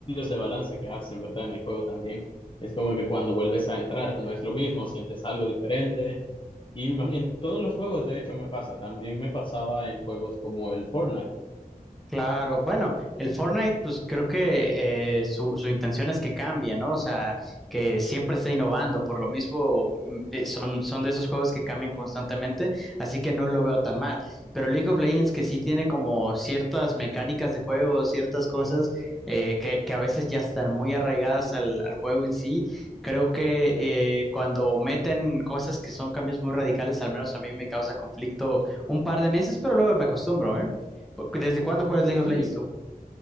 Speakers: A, on the left (about 35°); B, in the centre.
A: de balance que hacen, ¿verdad? En el juego también. Es como que cuando vuelves a entrar no es lo mismo, sientes algo diferente. Y me imag- en todos los juegos, de hecho, me pasa. También me pasaba en juegos como el Fortnite.
B: Claro, bueno, el Fortnite, pues creo que eh, su, su intención es que cambie, ¿no? O sea, que siempre esté innovando, por lo mismo mm, eh, son, son de esos juegos que cambian constantemente, así que no lo veo tan mal. Pero League of Legends, que sí tiene como ciertas mecánicas de juego, ciertas cosas eh, que, que a veces ya están muy arraigadas al, al juego en sí, creo que eh, cuando meten cosas que son cambios muy radicales, al menos a mí me causa conflicto un par de meses, pero luego me acostumbro, ¿eh? ¿Desde cuándo juegas League
A: Sí.
B: of Legends tú?